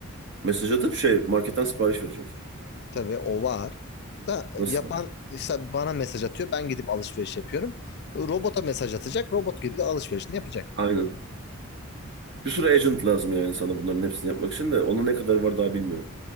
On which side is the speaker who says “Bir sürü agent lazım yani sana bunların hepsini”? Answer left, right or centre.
Right